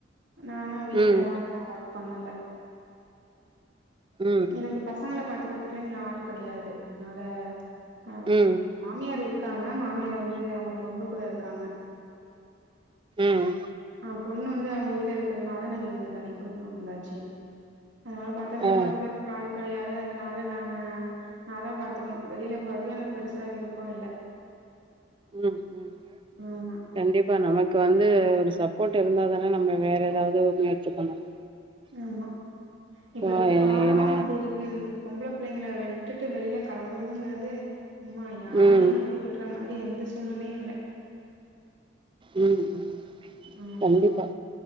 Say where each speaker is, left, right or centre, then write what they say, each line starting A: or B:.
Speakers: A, on the right; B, on the right.
A: நா ஆனா வீட்லதான்
B: ம்
A: இருக்கே வொர்க் பண்ணல
B: ம்
A: எனக்கு பசங்கள பாத் துக்கிறதுக்குலா இங்க ஆள் கெடையாது அதுனால ஆஹ்
B: ம்
A: மாமியார் இரு அ மாமியார் வந்து அவங்க பொண்ணு கூட இருக்கா காங்க
B: ம்
A: அ பொண்ணு வந்து அவங்க வீட்லயே இருக்கறதுனால தா நாங்க இங்க தனி குடுத்தனு வந்தாச்சு அதனால பத்தங்கள
B: ஆ
A: பாத்துக்கறதுக்கு ஆள் கெடையாது அது அதனால நாங்க நாந்தா பாத்துக்கணு வெளில இப்ப வரைக்கு எனக்கு பெருசா விருப்போ இல்ல
B: ம் ம்
A: ஆமா
B: கண்டிப்பா நமக்கு வந் ஒரு சப்போர்ட் இருந்தா தான நம்ம வேற எதாவது ஒரு முயற்சி பண்ணலா
A: ஆமா இப்ப
B: ஆ
A: இருக்குற
B: எ
A: காலோ
B: என
A: அப்டி இருக்கு பொம்பள பிள்ளைங்கள வெட்டுட்டு வெளில கெளம்புறதுங்குறது உம்மா யாரையு
B: ம்
A: நம்பி விடுற மாரி எந் இந்த சூழ்நிலையு இல்ல
B: ம் ம்
A: ஆமா
B: கண்டிப்பா